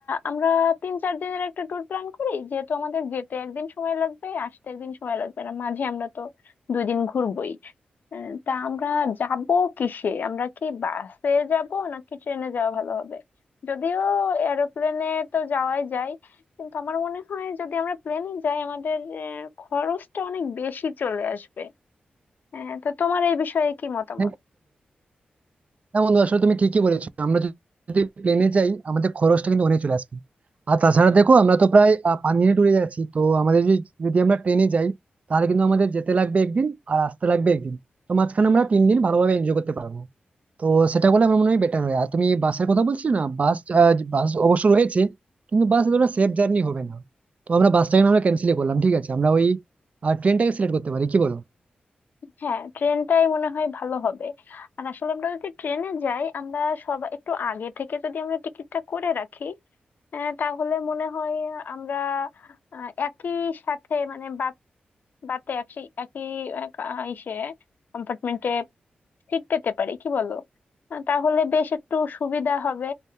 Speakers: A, on the left; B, on the right.
A: আমরা তিন চার দিনের একটা ট্যুর প্ল্যান করি যেহেতু আমাদের যেতে একদিন সময় লাগবে আসতে একদিন সময় লাগবে না মাঝে আমরা তো দুই দিন ঘুরবোই আহ, তা আমরা যাব কিসে আমরা কি বাসে যাব নাকি ট্রেনে যাওয়া ভালো হবে যদিও এরোপ্লেনে তো যাওয়াই যায় কিন্তু আমার মনে হয় যদি আমরা প্লেনে যাই আমাদের আহ, খরচটা অনেক বেশি চলে আসবে আহ, তো তোমার এই বিষয়ে কি মতামত
B: হ্যাঁ হ্যাঁ বন্ধু আসলে তুমি ঠিকই বলেছো আমরা যদি প্লেনে যাই আমাদের খরচটা কিন্তু অনেক চলে আসবে আর তাছাড়া দেখো আমরা তো প্রায় আহ, পাঁচ দিনে ট্যুরে যাচ্ছি তো আমাদের যদি যদি আমরা ট্রেনে যাই তাহলে কিন্তু আমাদের যেতে লাগবে একদিন আর আসতে লাগবে একদিন তো মাঝখানে আমরা তিন দিন ভালোভাবে এনজয় করতে পারবো তো সেটা করলে আমার মনে হয় বেটার হয় আর তুমি বাসের কথা বলছিলে না বাস আহ, বাস অবশ্য রয়েছে কিন্তু বাস এতটা সেফ জার্নি হবে না তো আমরা বাসটাকে না আমরা ক্যান্সেলই করলাম ঠিক আছে আমরা ওই ট্রেনটাকে সিলেক্ট করতে পারি কি বলো
A: হ্যাঁ ট্রেনটাই মনে হয় ভালো হবে আর আসলে আমরা যদি ট্রেনে যাই আমরা সব একটু আগে থেকে যদি আমরা টিকিটটা করে রাখি আহ, তাহলে মনে হয় আমরা আহ, একই সাথে মানে বাতে একই একই আহ, কা- ইসে কম্পার্টমেন্টে সিট পেতে পারি কি বলো আহ, তাহলে বেশ একটু সুবিধা হবে